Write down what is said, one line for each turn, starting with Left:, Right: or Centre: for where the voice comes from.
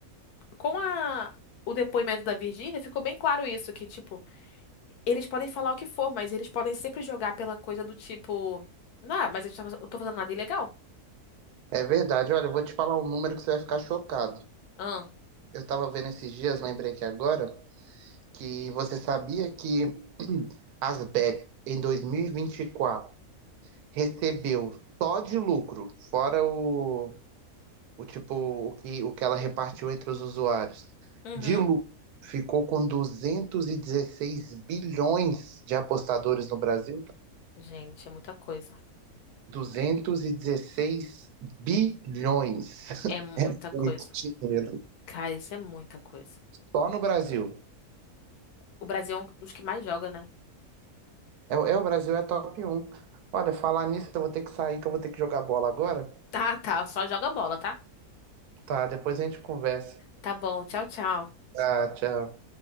Left: com a o depoimento da Virgínia ficou bem claro isso, que tipo, eles podem falar o que for, mas eles podem sempre jogar pela coisa do tipo, ah, mas eu tava- eu não tô fazendo nada ilegal.
Right: É verdade. Olha, eu vou te falar um número que você vai ficar chocado.
Left: Ah,
Right: Eu tava vendo esses dias, lembrei que agora, que você sabia que <clears throat> as bets em dois mil e e vinte e quatro recebeu só de lucro, fora o o tipo o que, o que ela repartiu entre os usuários.
Left: uhum.
Right: Dilu ficou com 216 bilhões de apostadores no Brasil.
Left: Gente, é muita coisa.
Right: duzentos e dezesseis bilhões.
Left: É muita
Right: Muito
Left: coisa.
Right: dinheiro.
Left: Cara, isso é muita coisa.
Right: Só no Brasil.
Left: O Brasil é um dos que mais joga, né? <laughs>
Right: É, é, o Brasil é top um Olha, falar nisso, eu vou ter que sair, que eu vou ter que jogar bola agora.
Left: Tá, tá, só joga bola, tá?
Right: Tá, depois a gente conversa.
Left: Tá bom, tchau, tchau.
Right: Tá, tchau.